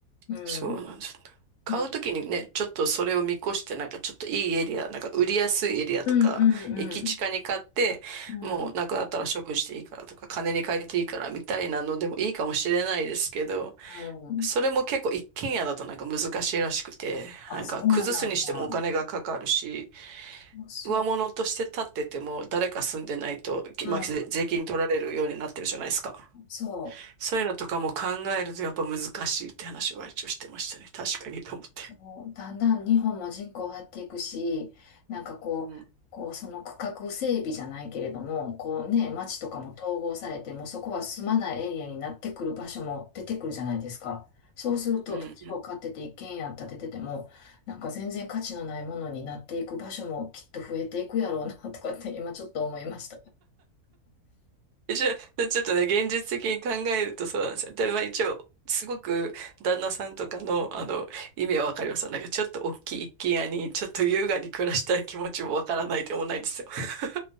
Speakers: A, on the left; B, on the right.
A: うん。
B: そうなんですよ。買うときにね、
A: うん
B: ちょっとそれを見越して、なんかちょっといいエリア、なんか売りやすいエリアとか、
A: うんうん
B: 駅近に買って、
A: うん。
B: もうなくなったら処分していいからとか、
A: うん。
B: 金に換えていいからみたいなのでもいいかもしれないですけど、
A: うん。
B: それも結構一軒家だとなんか難しいらしくて、
A: あ、
B: なんか崩すにしてもお金がかかるし、
A: そうなんだ。そうそう。
B: 上物として建ってても誰か住んでないと、きまあ、
A: うんうん。
B: 税税金取られるようになってるじゃないですか。
A: そう。
B: そういうのとかも考えるとやっぱ難しいって話は一応してましたね。確かにと思って。
A: そう。だんだん日本も人口減っていくし、なんかこう、
B: うん。
A: こうその区画整備じゃないけれども、こうね、町とかも統合されて、
B: う
A: もうそこは住まないエリアになってくる場所も出てくるじゃないですか。そうすると、
B: ん。
A: 土地を買ってて一軒家建ててても、
B: うん
A: なんか全然価値のないものになっていく場所もきっと増えていくやろうなとかって今ちょっと思いました。
B: 一応、ちょっとね、現実的に考えるとそうなんですよ。で、まあ一応、すごく旦那さんとかの、あの、意味はわかります。だけど、ちょっと大きい一軒家に、ちょっと優雅に暮らしたい気持ちもわからないでもないんですよ。<laughs>